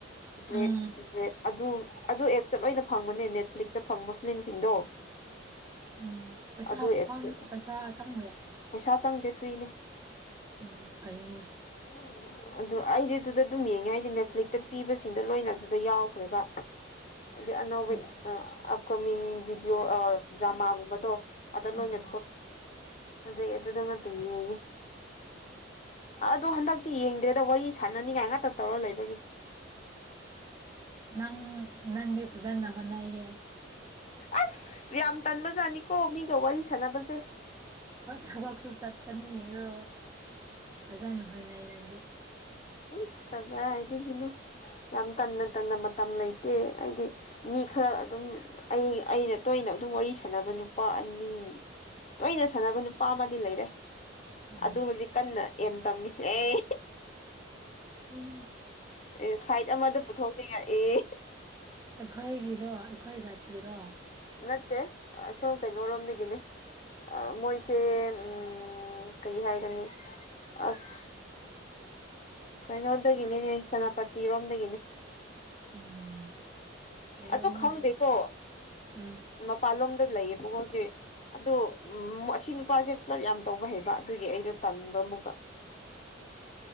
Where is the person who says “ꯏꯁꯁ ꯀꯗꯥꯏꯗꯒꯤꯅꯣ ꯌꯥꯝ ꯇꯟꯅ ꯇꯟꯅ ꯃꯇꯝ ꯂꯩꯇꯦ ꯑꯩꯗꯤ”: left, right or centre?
Left